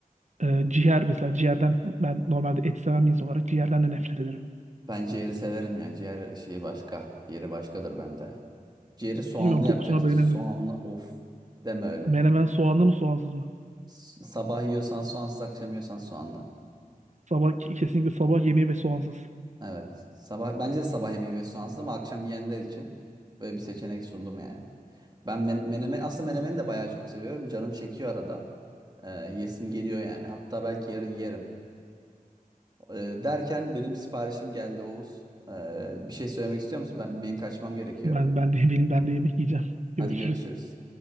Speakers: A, on the right; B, on the right.
A: E, ciğer mesela. Ciğerden ben normalde et seven bir insan olarak ciğerden de nefret ederim.
B: Ben ciğeri severim ya. Ciğer şeyi başka. Yeri başkadır bende. Ciğeri soğanlı
A: Bilmiyorum kokusuna
B: yapacaksın.
A: dayanamıyorum.
B: Soğanlı of. Deme öyle.
A: Menemen soğanlı mı soğansız mı?
B: S- Sabah yiyorsan soğansız, akşam yiyorsan soğanlı.
A: Sabah kesinlikle sabah yemeği ve soğansız.
B: Evet. Sabah bence de sabah yemeği ve soğansız ama akşam yiyenler için böyle bir seçenek sundum yani. Ben men menemen aslında menemeni de bayağı çok seviyorum. Canım çekiyor arada. Ee, yesim geliyor yani. Hatta belki yarın yerim. Ee, derken benim siparişim geldi Oğuz. Ee, bir şey söylemek istiyor musun? Ben benim kaçmam gerekiyor.
A: Ben ben de benim ben de yemek yiyeceğim. Görüşürüz.
B: Hadi görüşürüz.